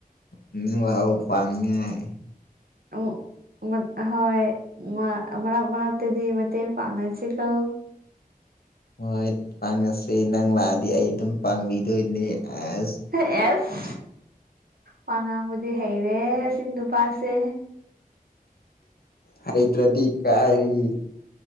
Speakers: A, on the left; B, on the right.
A: ꯎꯝ ꯅꯪ ꯂꯥꯎ ꯄꯥꯥꯡꯅꯤꯡꯉꯥꯢ
B: ꯑꯣ ꯍꯣꯏ ꯃꯔꯛ ꯃꯔꯛꯇꯗꯤ ꯃꯇꯦꯡ ꯄꯥꯡꯅꯁꯤ ꯀꯣ
A: ꯍꯣꯏ ꯄꯥꯡꯅꯁꯦ ꯅꯪ ꯂꯥꯛꯑꯗꯤ ꯑꯩ ꯑꯗꯨꯝ ꯄꯥꯡꯕꯤꯗꯣꯏꯅꯦ ꯑꯁ
B: ꯑꯦꯁ ꯋꯥꯉꯥꯡꯕꯗꯤ ꯍꯩꯔꯦ ꯑꯁꯤ ꯅꯨꯄꯥꯁꯦ
A: ꯍꯩꯇ꯭ꯔꯥꯗꯤ ꯀꯥꯏꯗꯒꯤ